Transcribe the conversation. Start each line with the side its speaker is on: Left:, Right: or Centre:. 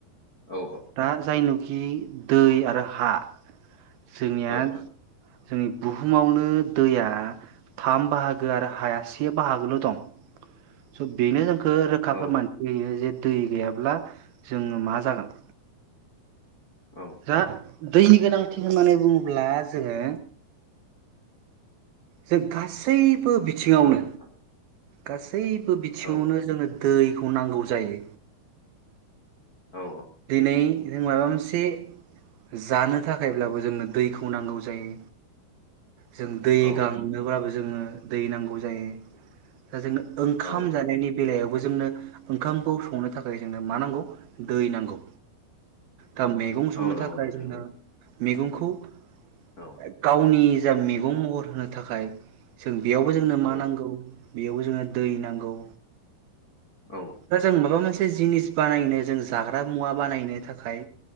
Left: औ
Right: <inaudible> दा जायनु दि आरो दै आरो हा जोंनिया
Left: औ नोंथां
Right: जोंनि बुहुमावनो दैया थाम बाहागो आरो हाया से बाहागोल' दं स बेनो जा फो रोखा
Left: औ
Right: फोरमान होयो जे दै गैयाब्ला जोङो मा जागोन
Left: औ
Right: जा दैनि गोनांथि होननानै बुङोब्ला जोङो जों गासै बो बिथिङावनो
Left: औ नोंथां
Right: गास सैबो बिथिङावनो
Left: औ
Right: जोङो दैखौ नांगौ जायो
Left: औ
Right: दिनै बिजों माबा मोनसे जानो थाखायब्लाबो जोंनो दैखौ नांगौ जायो जों दै
Left: औ
Right: गांनोबाबो जोङो दै नांगौ जायो दा जों ओंखाम
Left: औ
Right: जानायनि बेलायावबो जोंनो ओंखामखौ संनो थाखाय जोंनो मा नांगौ दै नांगौ दा मैगं संनो
Left: औ
Right: थाखाय
Left: औ नोंथां
Right: जोंनो
Left: औ
Right: मैगंखौ <inaudible>
Left: औ
Right: गावनि <unintelligible> मेगं महर होनो थाखाय जों बेयावबो जोंनो मा
Left: औ
Right: नांगौ बेयाव जोङो दै नांगौ
Left: औ
Right: दा जों माबा मोनसे मोनसे जिनिस बानायनो जों जाग्रा मुवा बानायनो थाखाय